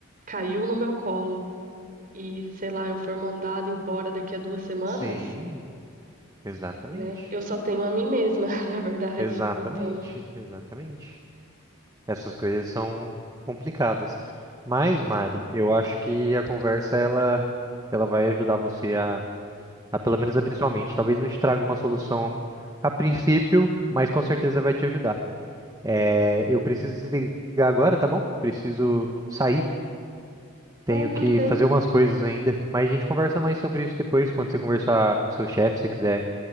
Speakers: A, on the right; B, on the right.
A: caiu no meu colo e, sei lá, eu for mandada embora daqui a duas semanas,
B: Sim, exatamente.
A: né? Eu só tenho a mim mesma, <laughs> na verdade.
B: Exatamente,
A: Então,
B: exatamente. Essas coisas são complicadas. Mas, Mari, eu acho que a conversa ela, ela vai ajudar você a, a pelo menos abrir sua mente. Talvez não te traga uma solução a princípio, mas com certeza vai te ajudar. É, eu preciso desligar agora, tá bom? Preciso sair. Tenho
A: ah,
B: que
A: tudo bem.
B: fazer umas coisas ainda. Mas a gente conversa mais sobre isso depois, quando você conversar com seu chefe, se quiser